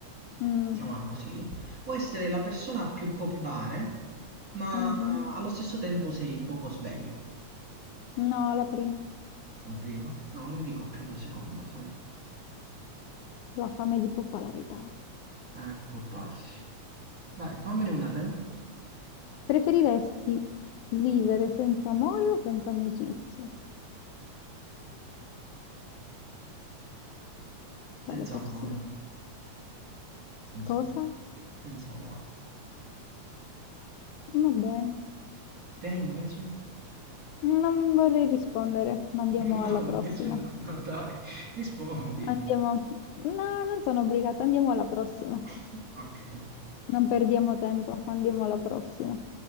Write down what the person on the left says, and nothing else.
Mm,
mhm.
No, la prima,
la fame di popolarità.
Preferiresti vivere senza amore o senza amicizia? Bello
tutto
silenzio.
Cosa?
Va bene.
Non vorrei rispondere,
ma andiamo
alla
prossima.
Andiamo. No, non sono obbligata, andiamo alla prossima.
Non perdiamo tempo, andiamo alla prossima.